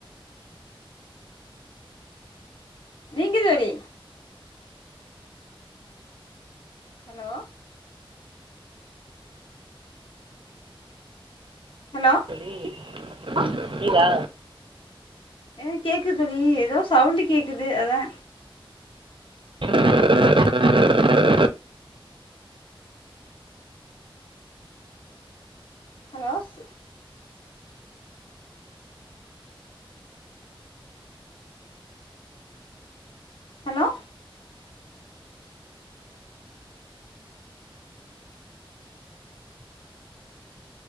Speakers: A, on the left (about 65°); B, on the right (about 65°).
A: நீங்க தோழி ஹலோ ஹலோ
B: தோழி லீவ்வா
A: ஆ கேக்குது தோழி எதோ சவுண்டு கேக்குது அதா
B: உ உ <inaudible>
A: ஹலோஸ் ஹலோ